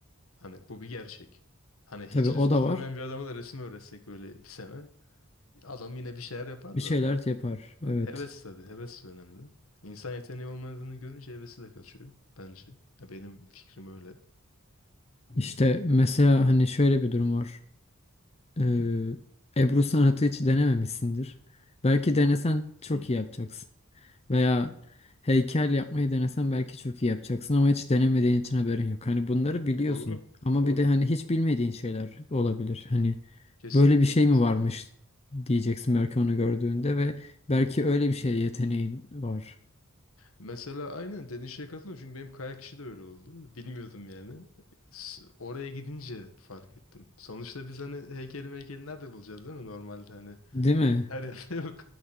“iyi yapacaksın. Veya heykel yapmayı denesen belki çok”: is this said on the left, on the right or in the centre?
Left